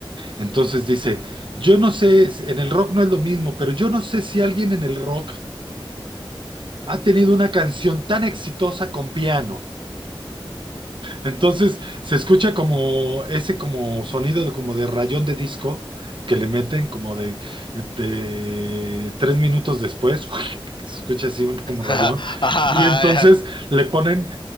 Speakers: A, on the right; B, on the left.
A: Entonces dice, yo no sé, en el rock no es lo mismo, pero yo no sé si alguien en el rock ha tenido una canción tan exitosa con piano. Entonces se escucha como ese como sonido de, como de rayón de disco que le meten como de, de tres minutos después, <laughs> que se escucha así un, como rayón.
B: Ajá, ajá,
A: Y entonces
B: ajá.
A: le ponen